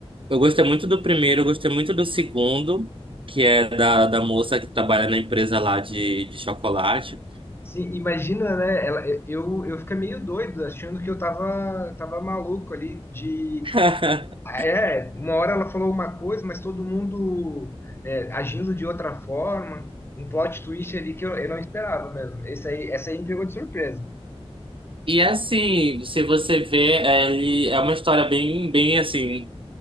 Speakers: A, on the right (about 55°); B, on the left (about 20°).
A: Eu gostei muito do primeiro, eu gostei muito do segundo, que é da, da moça que trabalha na empresa lá de, de chocolate.
B: Sim, imagina, né? Ela, eu, eu fiquei meio doido, achando que eu tava, tava maluco ali de
A: <laughs>
B: É, uma hora ela falou uma coisa, mas todo mundo é, agindo de outra forma. Um plot twist ali que eu, eu não esperava mesmo. Esse aí, essa aí me pegou de surpresa.
A: E assim, se você vê, é, ele é uma história bem, bem assim.